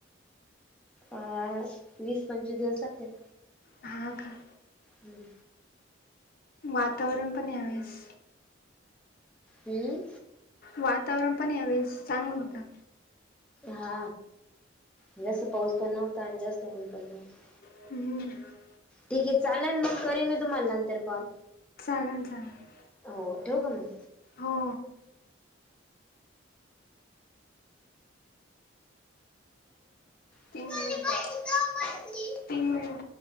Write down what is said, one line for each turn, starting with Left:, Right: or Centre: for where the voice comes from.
Centre: अ वीस पंचवीस दिवस लागत्यात.
Left: हा. का?
Centre: हम्म.
Left: वातावरण पण ह्यावेळेस
Centre: हम्म.
Left: वातावरण पण यावेेळेस चांगला होता.
Centre: हा जास्त पाऊस पण नव्हता आणि जास्त ऊन पण नव्हत
Left: <unintelligible>
Centre: ठीके, चालेल मग, करेन मी तुम्हाला नंतर कॉल.
Left: <unintelligible>
Centre: हो, ठेवू का मग?
Left: हो
Centre: मग
Left: तीन मिनिटं तीन मिनिट